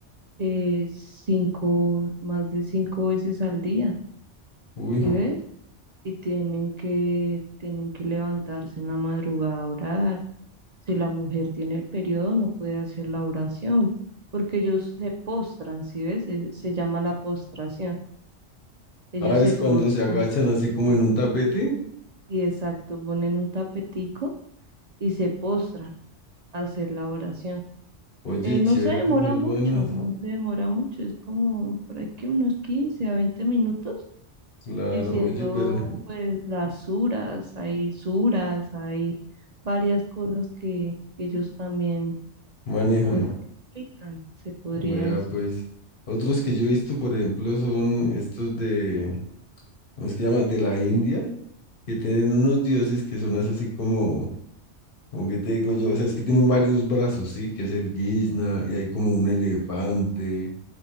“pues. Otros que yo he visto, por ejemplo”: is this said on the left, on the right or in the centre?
Left